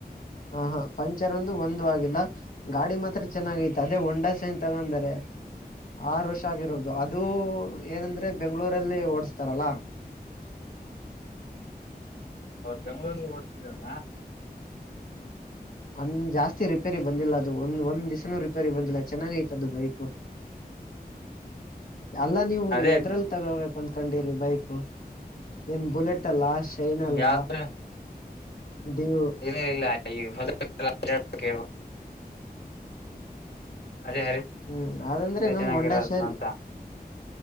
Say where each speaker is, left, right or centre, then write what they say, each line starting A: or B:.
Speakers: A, on the left; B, on the left.
A: ಹ್ಮ್ ಹ ಪಂಚರ್ಅಂತೂ ಒಂದು ಆಗಿಲ್ಲ ಗಾಡಿ ಮಾತ್ರ ಚೆನ್ನಾಗೈತೆ ಅದೇ ಹೋಂಡಾ ಶೈನ್ ತಗೊಂಡಿದ್ದಾರೆ ಆರು ವರ್ಷ ಆಗಿರೋದು ಅದು ಏನಂದ್ರೆ ಬೆಂಗಳೂರಲ್ಲಿ ಓಡಿಸ್ತಾರಲ್ಲ
B: ಬೆಂಗಳೂರಲ್ಲಿ ಓಡಿಸ್ತಇದರ
A: ಹ್ಮ್ ಜಾಸ್ತಿ ರಿಪೇರಿಗೆ ಬಂದಿಲ್ಲ ಅದು ಒಂದು ಒಂದು ದಿವಸನೂ ರಿಪೇರಿಗೆ ಬಂದಿಲ್ಲ ಚೆನ್ನಾಗಿದೆ ಬೈಕು ಅಲ್ಲ ನೀವು
B: ಅದೇ
A: ಎದ್ರಲ್ಲಿ ತಗೊಳ್ಳಬೇಕು ಅನ್ಕೊಂಡಿರೋದು ಬೈಕು ಒಂದು ಬುಲೆಟ್ ಅಲ್ಲಿ ಲಾಸ್ಟ ಫೈನಲ್
B: ಯಾವ್ದ
A: ಆ ದೇವು
B: ಇಲ್ಲ ಇಲ್ಲ ಹೊಲಕ್ಕೆ ಅದೇ
A: ಹ್ಮ್ ಅದಂದ್ರೆ ನಮ್
B: ಚೆನ್ನಾಗಿರಲ್ಲ
A: ಹೊಂಡಾ ಶೈನ್
B: ಅಂತ